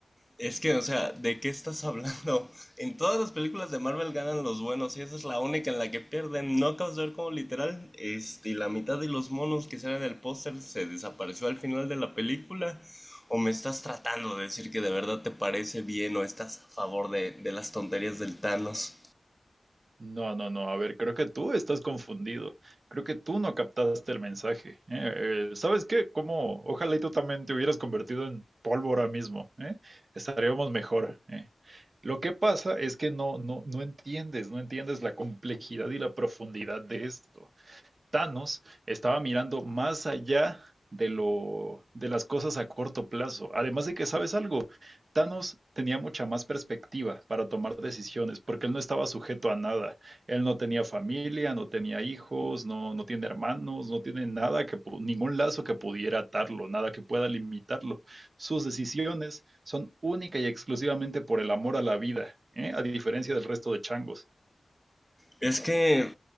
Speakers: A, in the centre; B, on the right.
A: Es que, o sea, ¿de qué estás hablando? <laughs> En todas las películas de Marvel ganan los buenos y esa es la única en la que pierden. No acabas de ver como literal, este, la mitad de los monos que salen del póster se desapareció al final de la película. ¿O me estás tratando de decir que de verdad te parece bien o estás a favor de, de las tonterías del Thanos?
B: No, no, no. A ver, creo que tú estás confundido. Creo que tú no captaste el mensaje. ¿eh? Eh, ¿sabes qué? Como, ojalá y tú también te hubieras convertido en polvo ahora mismo. ¿eh? Estaríamos mejor. ¿eh? Lo que pasa es que no, no, no entiendes, no entiendes la complejidad y la profundidad de esto. Thanos estaba mirando más allá de lo de las cosas a corto plazo. Además de que, ¿sabes algo? Thanos tenía mucha más perspectiva para tomar decisiones, porque él no estaba sujeto a nada. Él no tenía familia, no tenía hijos, no, no tiene hermanos, no tiene nada que pu- ningún lazo que pudiera atarlo, nada que pueda limitarlo. Sus decisiones son única y exclusivamente por el amor a la vida, ¿eh? A diferencia del resto de changos.
A: Es que